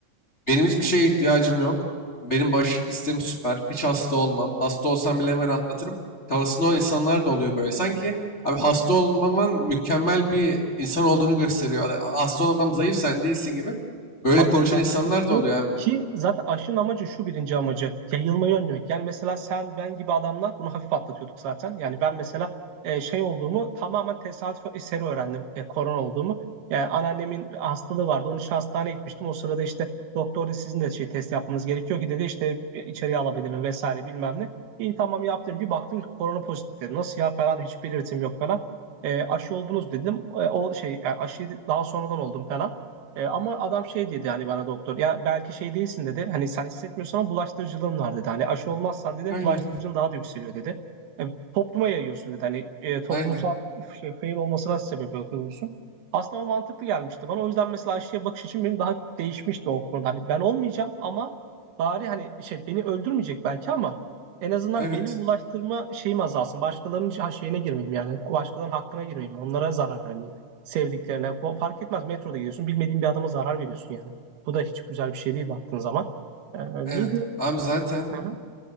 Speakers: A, on the left; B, on the right.
A: Benim hiçbir şeye ihtiyacım yok. Benim bağışıklık sistemim süper. Hiç hasta olmam. Hasta olsam bile hemen atlatırım. Kafasında olan insanlar da oluyor böyle. Sanki abi hasta olmaman mükemmel bir insan olduğunu gösteriyor. Hani Hasta olan adam zayıf sen değilsin gibi. Böyle
B: Abi
A: konuşan
B: bununla alakası
A: insanlar da
B: yok.
A: oluyor abi.
B: Ki zaten aşının amacı şu birinci amacı. Yayılmayı önlemek. Yani mesela sen ben gibi adamlar bunu hafif atlatıyorduk zaten. Yani ben mesela e, şey olduğumu tamamen tesadüf eseri öğrendim. E, korona olduğumu. Yani anneannemin hastalığı vardı. Onun için hastaneye gitmiştim. O sırada işte doktor dedi sizin de şey test yapmanız gerekiyor ki dedi işte e, içeriye alabilirim vesaire bilmem ne. İyi tamam yaptım. Bir baktım ki korona pozitif dedi. Nasıl ya falan hiç belirtim yok falan. E, aşı oldunuz dedim. E, o şey yani aşıyı daha sonradan oldum falan. E, ama adam şey dedi hani bana doktor ya belki şey değilsin dedi. Hani sen hissetmiyorsun ama bulaştırıcılığın var dedi. Hani aşı olmazsan dedi
A: Aynen.
B: bulaştırıcılığın daha da yükseliyor dedi. E, topluma yayıyorsun dedi. Hani e, toplumsal
A: Aynen.
B: şey, fail olmasına sebep oluyorsun. Aslında o mantıklı gelmişti bana. O yüzden mesela aşıya bakış için benim daha değişmişti o konuda. Hani ben olmayacağım ama bari hani şey beni öldürmeyecek belki ama en azından
A: Evet.
B: benim bulaştırma şeyim azalsın. Başkalarının şey, şeyine girmeyeyim yani. Başkalarının hakkına girmeyeyim. Onlara zarar vermeyeyim sevdiklerine. O fark etmez metroda gidiyorsun. Bilmediğin bir adama zarar veriyorsun yani. Bu da hiç güzel bir şey değil baktığın zaman. Ee,
A: Evet.
B: neydi?
A: Abi zaten
B: Hı hı.